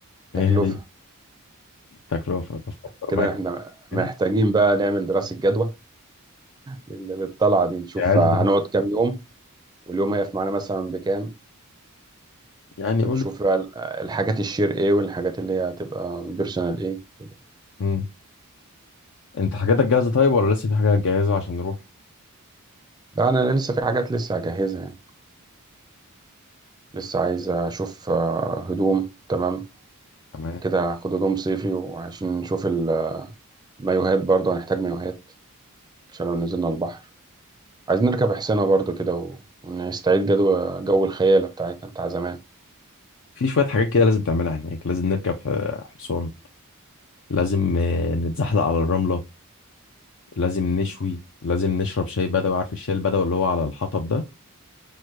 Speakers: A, on the right; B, on the left.
A: تكلفة
B: ايه هي التكلفه بفكر
A: كده
B: معاك
A: احنا
B: كام
A: محتاجين بقى نعمل دراسة جدوى لل- للطلعة دي نشوف
B: عايز
A: هنقعد
B: ادرس
A: كام يوم واليوم هيقف معانا مثلا بكام
B: يعني
A: ونشوف بقى ال- الحاجات الشير ايه والحاجات اللي هي هتبقى بيرسونال ايه كده
B: قول انت حاجاتك جاهزة طيب ولا لسه في حاجات جاهزة عشان نروح
A: لا انا لسه في حاجات لسه هجهزها يعني. لسه عايز اشوف آه، هدوم تمام
B: تمام
A: كده هاخد هدوم صيفي وعشان نشوف ال- آه، المايوهات برضه هنحتاج مايوهات عشان لو نزلنا البحر عايزين نركب حصينة برضه كده و- ونستعيد جدوى جو الخيالة بتاعتنا بتاع زمان
B: في شوية حاجات كده لازم تعملها هناك لازم نركب آه، حصان لازم آه، نتزحلق على الرملة لازم نشوي لازم نشرب شاي بدوي عارف الشاي البدوي اللي هو على الحطب ده